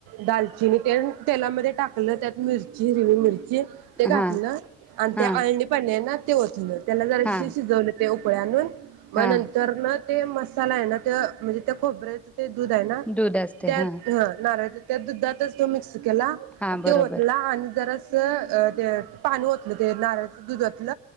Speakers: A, on the right; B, in the centre.
A: दालचिनी तेन तेलामध्ये टाकलं त्यात मिरची हिरवीमिरची ते घातली
B: हा
A: ना आणि
B: हा
A: ते अळणी पाणी हाय ना ते ओतलं त्याला जरा
B: हा
A: शि शिजवलं ते उकळ्या आणून मग
B: हा
A: नंतर ना ते मसाला आहे ना ते म्हणजे त्या खोबऱ्या ते दूध आहे ना
B: दूध असते
A: त्यात
B: हा
A: नारळ त्या दुधातच तो मिक्स त्याला
B: हा बरोबर
A: त्यो ओतला जरासं ते पाणी ओतलं ते नारळाचं दूधातंल